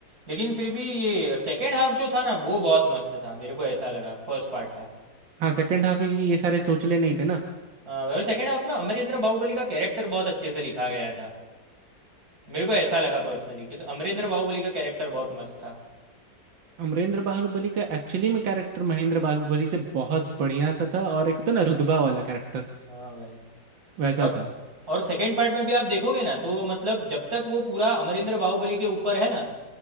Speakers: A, on the right; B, on the right.
A: लेकिन फिर भी ये सेकेंड हाफ जो था ना वो बहुत मस्त था मेरे को ऐसा लगा फर्स्ट पार्ट का
B: हाँ सेकंड हाफ में क्योंकि ये सारे चोचले नहीं थे ना
A: हाँ भाई, और सेकेंड हाफ में अमरेंद्र बाहुबली का कैरेक्टर बहुत अच्छे से लिखा गया था मेरे को ऐसा लगा पर्सनली कि अमरेंद्र बाहुबली का कैरेक्टर बहुत मस्त था
B: अमरेंद्र बाहुबली का एक्चुअली में कैरेक्टर महेंद्र बाहुबली से बहुत बढ़िया सा था और एक होता ना रुतबा वाला कैरेक्टर
A: हाँ भाई
B: वैसा
A: और
B: था
A: और सेकेंड पार्ट में भी आप देखोगे ना तो मतलब जब तक वो पूरा अमरिंदर बाहुबली के ऊपर है ना